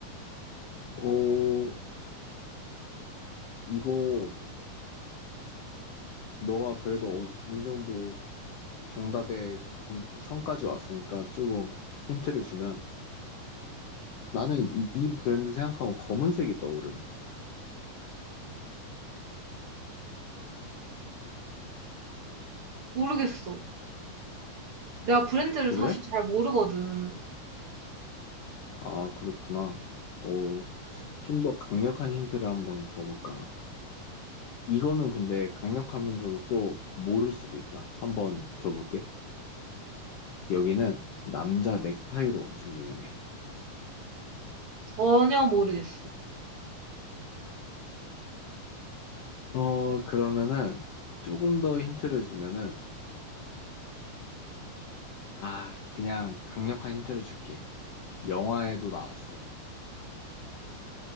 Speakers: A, on the left (about 70°); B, on the right (about 55°).
A: 오, 이거 너가 그래도 어느 정도 정답의 근- 선까지 왔으니까 조금 힌트를 주면 나는 이, 이 브랜드 생각하면 검은색이 떠오르네.
B: 모르겠어. 내가 브랜드를
A: 그래?
B: 사실 잘 모르거든.
A: 아, 그렇구나. 오, 좀 더 강력한 힌트를 한번 줘볼까? 이거는 근데 강력하면서도 또 모를 수도 있다. 한번 줘볼게. 여기는 남자 넥타이로 엄청 유명해.
B: 전혀 모르겠어.
A: 어, 그러면은 조금 더 힌트를 주면은 아, 그냥 강력한 힌트를 줄게. 영화에도 나왔어.